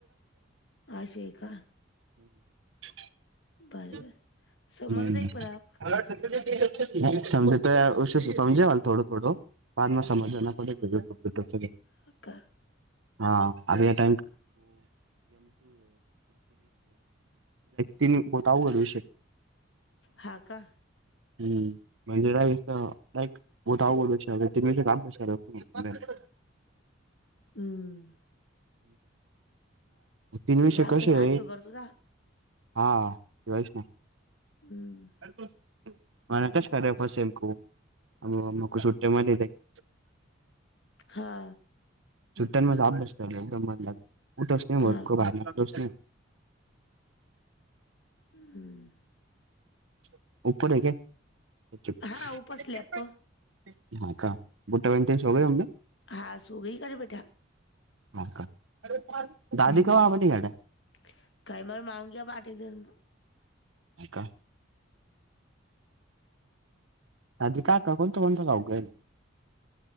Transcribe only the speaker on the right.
<unintelligible>
हम्म.
<unintelligible> <unintelligible>
<unintelligible> लाईक तीन बहोत अवघड विषय -
हं. म्हणजे लाईक च लाईक मोठा अवघड विषय ए. कुणी ह्याचा अभ्यास करत नाही. <unintelligible>
तीन विषय
कसेय?
हा. <unintelligible>
<unintelligible>
सुट्ट्यानमधे अभ्यास कर. एकदम मन लागल.
<unintelligible>
<unintelligible>
हा का? बुट्ट्या भाई न ते सो गये होंगे?
हा का. दादी
<unintelligible>
हे का? <unintelligible>